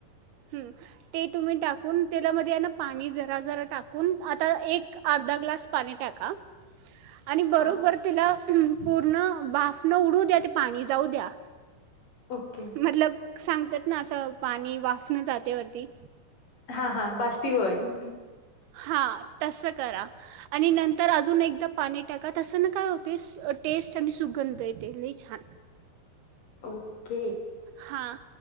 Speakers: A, on the right; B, on the left.
A: हम्म ते तुम्ही टाकून तेलामध्ये ना पाणी जरा जरा टाकून आता एक अर्धा ग्लास पाणी टाका. आणि बरोबर
B: हां,
A: तिला पूर्ण बाफ न उडू द्या ते पाणी जाऊ द्या.
B: ओके
A: मतलब सांगतात ना असं पाणी वाफणं जातेवरती
B: हा हा बाष्पीभवन
A: हां तसं करा आणि नंतर अजून एकदा पाणी टाका तसं ना का टेस्ट आणि सुगंध येते लय छान
B: ओके.
A: हां